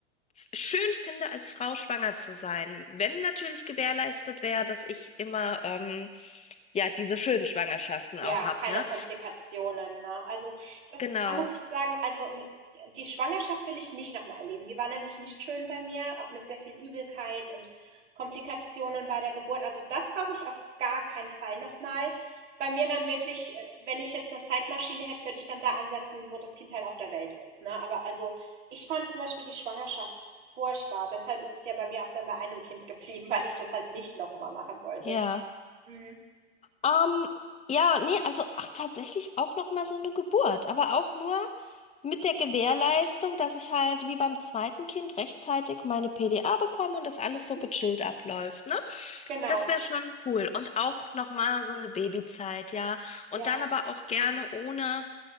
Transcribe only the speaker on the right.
Ja,
keine
Komplikationen, ne? Also das,
da muss ich sagen, also n- die Schwangerschaft will ich nicht nochmal erleben. Die war nämlich nicht schön bei mir, auch mit sehr viel Übelkeit und Komplikationen bei der Geburt. Also das brauche ich auf gar keinen Fall nochmal. Bei mir dann wirklich, äh, wenn ich jetzt eine Zeitmaschine hätte, würde ich dann da ansetzen, wo das Kind halt auf der Welt ist, ne? Aber also ich fand zum Beispiel die Schwangerschaft furchtbar. Deshalb ist es ja bei mir auch dann bei einem Kind <laughs> geblieben, weil ich das halt nicht nochmal machen wollte.
Mhm.
Mhm.
Genau.
Ja,